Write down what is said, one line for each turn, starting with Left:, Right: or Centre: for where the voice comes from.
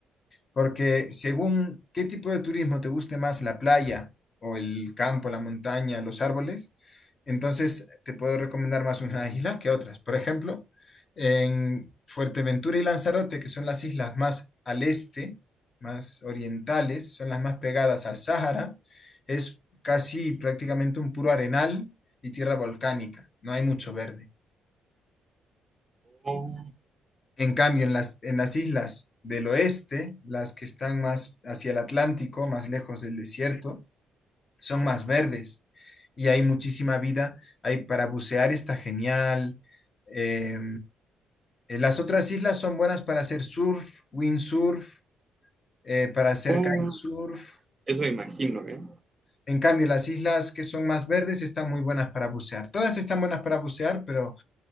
Left: Porque según qué tipo de turismo te guste más, la playa o el campo, la montaña, los árboles, entonces te puedo recomendar más unas islas <laughs> que otras. Por ejemplo, en Fuerteventura y Lanzarote, que son las islas más al este, más orientales, son las más pegadas al Sáhara, es casi prácticamente un puro arenal y tierra volcánica, no hay mucho verde.
Right: Oh,
Left: En cambio, en las, en las islas del oeste, las que están más hacia el Atlántico, más lejos del desierto, son más verdes y hay muchísima vida. Hay para bucear está genial. Eh, eh, las otras islas son buenas para hacer surf, windsurf, eh, para hacer
Right: oh,
Left: kitesurf.
Right: eso me imagino, ¿eh?
Left: En cambio, las islas que son más verdes están muy buenas para bucear. Todas están buenas para bucear, pero